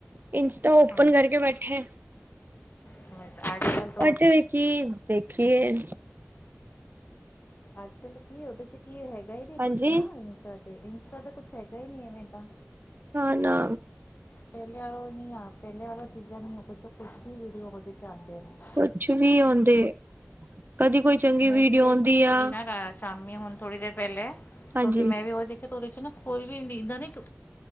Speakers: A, on the right; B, on the left.
A: ਇ ਤਾਂ ਓਪਨ
B: ਹਾਂ
A: ਕਰਕੇ ਬੈਠੇ
B: ਆ <unintelligible>
A: ਅੱਜ ਵੀ ਕਿ ਦੇਖੀਏ।
B: ਆਜ ਕਲ ਕੀ ਉਹਦੇ ਚ ਕੀ ਹੈਗਾਈ
A: ਹਾਂਜੀ।
B: ਭੀ ਕੁਛ ਨਾ ਇੰਸਟਾ ਇੰਸਟਾ ਤੇ ਕੁਛ ਹੈਗਾ ਹੀ ਨੀ ਐਵੇਂ ਦਾ
A: ਨਾ, ਨਾ
B: ਪਹਿਲੇ ਵਾਲੋਂ ਨੀ ਆ ਪਹਿਲੇ ਵਾਲੋਂ ਚੀਜ਼ਾਂ ਨੀ ਕੁ ਕੁਛ ਵੀਡੀਓ ਚਾਹਦੇ ਨੇ <inaudible>
A: ਕੁਛ ਵੀ ਆਉਂਦੇ ਕਦੀ ਕੋਈ ਚੰਗੀ
B: ਮੈਂ
A: ਵੀਡੀਓ
B: ਵੀ ਦੇਖ
A: ਆਉਂਦੀ
B: ਰਹੀ
A: ਆ।
B: ਸੀਗੀ ਨਾ ਰਾ- ਸ਼ਾਮੀ ਹੁਣ ਥੋੜੀ ਦੇਰ ਪਹਿਲੇ
A: ਹਾਂਜੀ।
B: ਫਿਰ ਮੈਂ ਵੀ ਉਹ ਦੇਖਿਆ ਉਹਦੇ ਚ ਨਾ ਕੋਈ ਨੀਦਾਂ ਨਾ ਇੱਕ